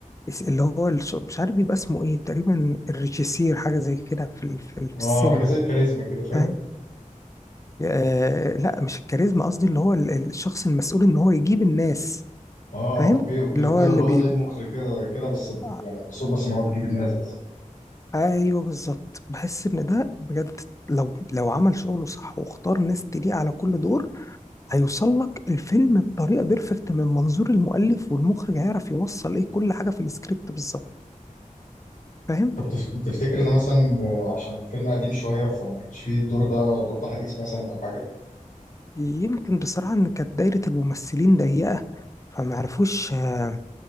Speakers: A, on the left; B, on the left.
A: اس- اللي هو الش- مش عارف بيبقى اسمه إيه تقريبا الريجيسير حاجة زي كده في ال- في ال- في
B: اه
A: السينما
B: حاجه زي الكاريزما كده فاهم
A: فاهم آه، لا مش الكاريزما قصدي اللي هو ال- ال- الشخص المسؤول ان هو يجيب الناس
B: اه
A: فاهم
B: اوكي اوكي
A: اللي هو
B: ايوه
A: اللي
B: اللي هو
A: بي
B: زي المخرج كده كده بس
A: آه،
B: يعني المفروض بس ان هو بيجيب الناس بس
A: ايوه بالظبط بحس ان ده بجد لو لو عمل شغله صح واختار ناس تليق على كل دور هيوصل لك الفيلم بطريقه بيرفكت من منظور المؤلف والمخرج هيعرف يوصل ايه كل حاجه في السكريبت بالظبط فاهم
B: طب تف- تفتكر ده مثلا آه، عشان فيلم قديم شويه فما كانش فيه الدور ده الدور ده حديث مثلا او حاجه
A: يمكن بصراحه ان كانت دايره الممثلين ضيقه فما عرفوش آه،